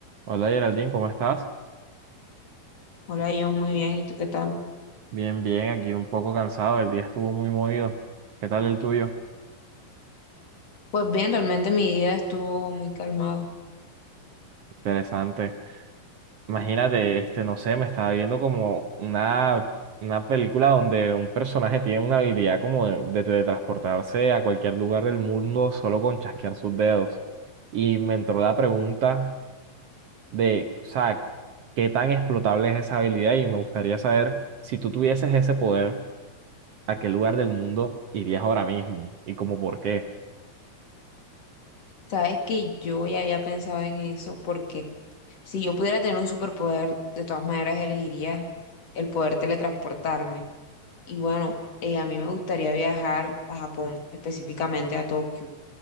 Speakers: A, on the right (about 75°); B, on the left (about 45°).
A: Hola Geraldine, ¿cómo estás?
B: Hola, yo muy bien, ¿y tú qué tal?
A: Bien, bien, aquí un poco cansado, el día estuvo muy movido. ¿Qué tal el tuyo?
B: Pues bien, realmente mi día estuvo muy calmado.
A: Interesante. Imagínate, este, no sé, me estaba viendo como una, una película donde un personaje tiene una habilidad como de, de teletransportarse a cualquier lugar del mundo solo con chasquear sus dedos. Y me entró la pregunta de, o sea, ¿qué tan explotable es esa habilidad? Y me gustaría saber, si tú tuvieses ese poder, ¿a qué lugar del mundo irías ahora mismo? ¿Y como por qué?
B: Sabes que yo ya había pensado en eso porque si yo pudiera tener un superpoder, de todas maneras elegiría el poder teletransportarme. Y bueno, eh, a mí me gustaría viajar a Japón, específicamente a Tokio.